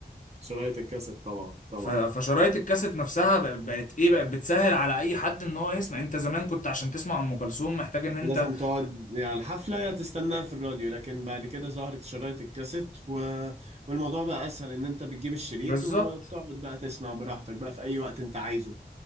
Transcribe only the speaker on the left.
ف- فشرايط الكاسيت نفسها بق- بقت ايه بقت بتسهل على اي حد ان هو يسمع انت زمان كنت عشان تسمع ام كلثوم محتاج ان انت
بالظبط